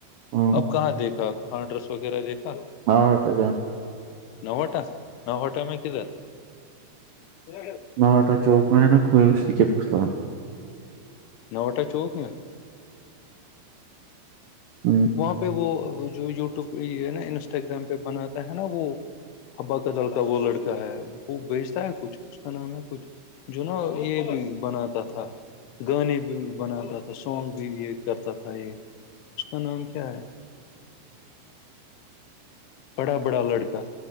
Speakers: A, on the right; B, on the left.
A: ہاں
B: اب کہاں دیکھا کاں ڈرس وغیرہ دیکھا
A: ہاںٹا جانا
B: نوٹا نوٹا میں کہدر ہ <unintelligible>
A: نوٹا چوک میں ہے نا کئی س کے پسلام
B: نوٹا چوک میں
A: ہ <unintelligible>
B: وہاں پہ وہ جو یوٹیوب پہ یہ ہے نا انسٹاگررام پہ بناتا ہے نا وہ ہبا کا جل کاا وہ لڑک ہے وہ بیجتا ہے کچھ اس کا نام ہے کچھ جو نا یہ بناتا تھا گانے بھی بناتا تھا سانگ بھی یہ کرتا تھا یہ اس کا نام کیا ہے بڑا بڑا لڑکا